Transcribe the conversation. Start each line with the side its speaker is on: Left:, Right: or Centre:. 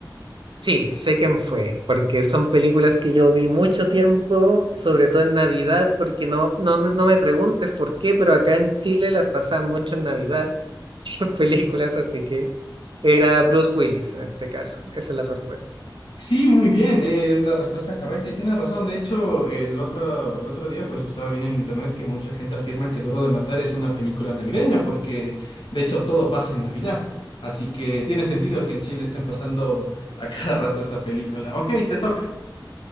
Right: Sí, sé quién fue, porque son películas que yo vi mucho tiempo, sobre todo en Navidad, porque no, no, no no me preguntes por qué, pero acá en Chile las pasaban mucho en Navidad, <laughs> esas películas, así que era Bruce Willis en este caso. Esa es la respuesta.
Left: Sí, muy bien, eh, es la respuesta correcta y tienes razón. De hecho, el otro, el otro día pues estaba viendo en internet que mucha gente afirma que Duro de Matar es una película navideña porque de hecho todo pasa en Navidad. Así que tiene sentido que en Chile estén pasando a cada rato esa película. Ok, te toca.